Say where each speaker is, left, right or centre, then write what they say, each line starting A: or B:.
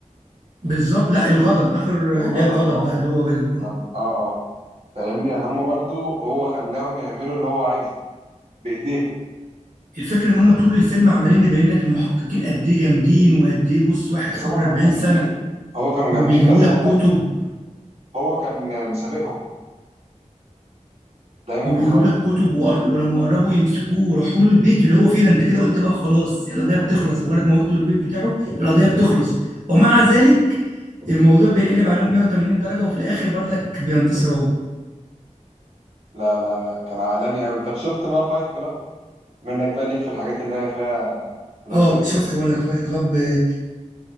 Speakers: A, on the right (about 80°); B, on the right (about 50°).
A: بالظبط لا الغضب اخر اللي
B: الغضب
A: هي الغضب
B: اه
A: بقى اللي هو غضب اه
B: نعم. اه اه فاهمني يعني هما برضو هو خلاهم يعملوا اللي هو عايزه بإيديهم
A: الفكره ان هم طول الفيلم عمالين يبين لك المحققين قد ايه جامدين وقد ايه بص واحد
B: بس
A: خبره
B: هما كانوا
A: 40
B: جامدين
A: سنه
B: هو كانوا جامدين
A: وبيجيبوا
B: بس
A: لك
B: هم
A: كتب
B: هو كان مسابقهم دايما
A: وبيجيبوا
B: بخطوه
A: لك كتب وقر- ولما قربوا يمسكوه وراحوا له البيت اللي هو فيه ده انت كده قلت بقى خلاص القضيه بتخلص مجرد ما وصلوا البيت بتاعه القضيه بتخلص ومع ذلك الموضوع بينقلب عليهم 180 درجه وفي الاخر بردك بينتصر هو
B: لا لا لا كان عالمي قوي طب شفت بقى فايت كلاب منك بقى ليك في الحاجات اللي هي فيها بلوت
A: اه
B: تويست
A: شفت بردك فايت كلاب آه،